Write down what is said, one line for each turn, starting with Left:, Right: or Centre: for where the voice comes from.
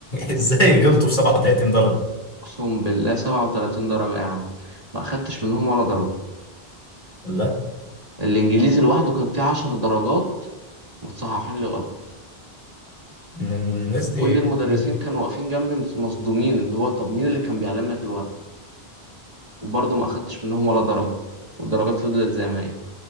Left: <laughs> ازاي غلطوا في 37 درجه
Right: اقسم بالله 37 درجة يا عم ما اخدتش منهم ولا درجة
Left: لا
Right: الانجليزي لوحده كان فيه 10 درجات متصححين لي غلط
Left: إن الناس دي
Right: كل المدرسين
Left: غريبة.
Right: كانوا واقفين جنبي مص- مصدومين اللي هو طب مين اللي كان بيعلم لك الورق وبرضه ما اخدتش منهم ولا درجة والدرجات فضلت زي ما هي